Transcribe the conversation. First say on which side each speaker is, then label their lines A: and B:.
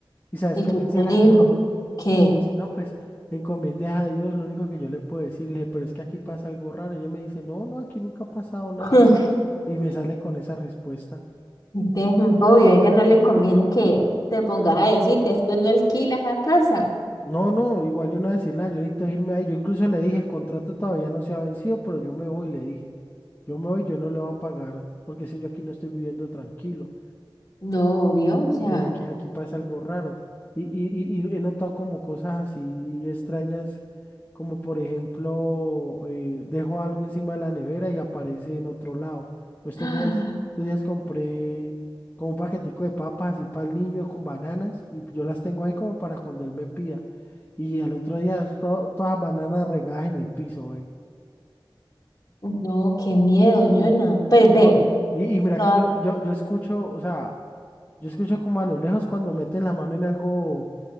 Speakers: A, on the left; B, on the left.
A: ¿Y sabes
B: ¿Y
A: qué
B: qué
A: me dice
B: te
A: la señora?
B: dijo? ¿Qué?
A: Si no, pues encomiendes a Dios, lo único que yo le puedo decir, le dije, pero es que aquí pasa algo raro. Y ella me dice, no, no, aquí nunca ha pasado nada.
B: <laughs>
A: Y me sale con esa respuesta.
B: ¿Y qué? Obvio, a ella no le conviene que te pongas a decir, después no alquilas a casa.
A: No, no, igual yo no voy a decir nada, yo necesito irme ahí. Yo incluso le dije, el contrato todavía no se ha vencido, pero yo me voy, le dije. Yo me voy, yo no le voy a pagar, porque si yo aquí no estoy viviendo tranquilo.
B: No, obvio, o sea.
A: Ve, Aquí, aquí pasa algo raro. Y, y, y- y he notado como cosas así extrañas, como por ejemplo, eh, dejo algo encima de la nevera y aparece en otro lado. O estos
B: <gasps>
A: días, estos días compré como un paquetico de papas y para el niño con bananas y yo las tengo ahí como para cuando él me pida. Y al otro día to- todas las bananas regadas en el piso, güey.
B: No, qué miedo, Jonah. Pues ve,
A: No, y, y mira
B: toda-
A: que yo, yo, yo escucho, o sea, yo escucho como a lo lejos cuando meten la mano en algo.